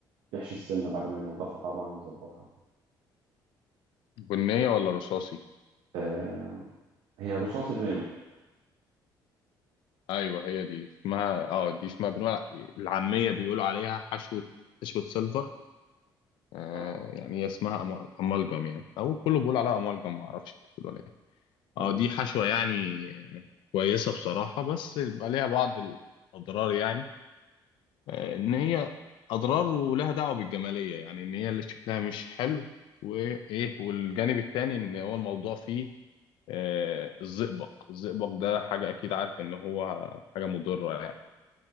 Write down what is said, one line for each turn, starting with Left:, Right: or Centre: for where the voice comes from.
Right: يحشي السنة بعد ما ينضفها طبعا ويظبطها وكده
Left: بنيه ولا رصاصي
Right: آم، هي رصاصي غامق
Left: ايوه هي دي اسمها اه دي اسمها بنقول العاميه بيقولوا عليها حشوه حشوه سيلفر آه
Right: اه
Left: يعني هي اسمها أما- امالجم يعني او كله بيقول عليها امالجم ما اعرفش انت بتقول عليها إيه.
Right: تمام
Left: اه دي حشوه يعني آه، كويسه بصراحه بس بيبقى ليها بعض الاضرار يعني آه ان هي اضرار ولها دعوه بالجماليه يعني ان هي اللي شكلها مش حلو وايه والجانب التاني ان هو الموضوع فيه آه الزئبق الزئبق ده حاجه اكيد عارف ان هو حاجه مضره يعني